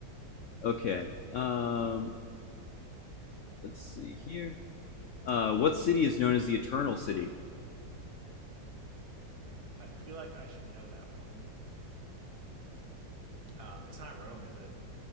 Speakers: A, on the left; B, on the right.
A: Okay. Um, let's see here. Uh, what city is known as the Eternal City?
B: I feel like I should know that one. Um, it's not Rome, is it?